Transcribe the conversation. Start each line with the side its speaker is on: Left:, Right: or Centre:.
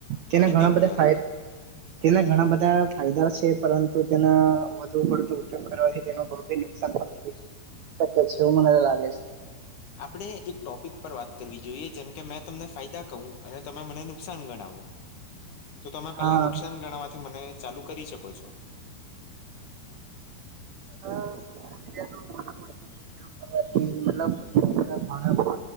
Right: તેના
Left: મને
Right: ઘણા
Left: બી એવું
Right: બધા
Left: લાગે
Right: ફા
Left: છે
Right: તેના ઘણા બધા ફાયદા છે પરંતુ તેના વધુ પડતો ઉપયોગ કરવાથી તે ઘણું બ નુકસાન પણ થાય. શકે છે એવું મને તો લાગે છે.
Left: આપડે એક ટોપિક પર વાત કરવી જોઈએ જેમ કે મેં તમને ફાયદા કું અને તમે મને નુકસાન ગણાવો. તો તમે પહેલા
Right: હા
Left: નુકસાન ગણવાથી મને ચાલુ કરી શકો છો.
Right: હ સોશલ મીડિયા નો ઉપયોગ કરવાથી મતલબા